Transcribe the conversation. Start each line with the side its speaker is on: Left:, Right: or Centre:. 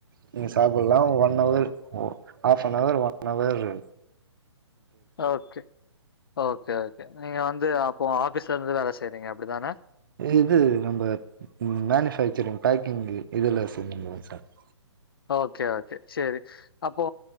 Right: நீங்க சாப்புலா ஒன்னவர் ஒ half an hour one hour
Left: okay okay okay நீங்க வந்து அப்போ ஆஃபீஸ்லருந்து வேல செய்றீங்க அப்டி தான
Right: இது நம்ப ம் மேனுபேக்சரிங் பேக்கிங்கு இதுலா செஞ்சுனிக்குற சார் <inaudible>
Left: ஓகே ஓகே சேரி அப்போ